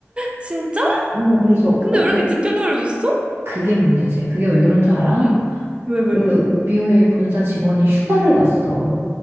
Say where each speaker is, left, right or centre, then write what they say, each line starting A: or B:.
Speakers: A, on the right; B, on the right.
A: 진짜?
B: 오, 그래서
A: 근데
B: 어,
A: 왜
B: 되-
A: 이렇게 늦게 알려줬어?
B: 그게 문제지. 그게 왜 그런 줄 알아?
A: 음. 왜, 왜,
B: 그
A: 왜?
B: BOA 본사 직원이 휴가를 갔어.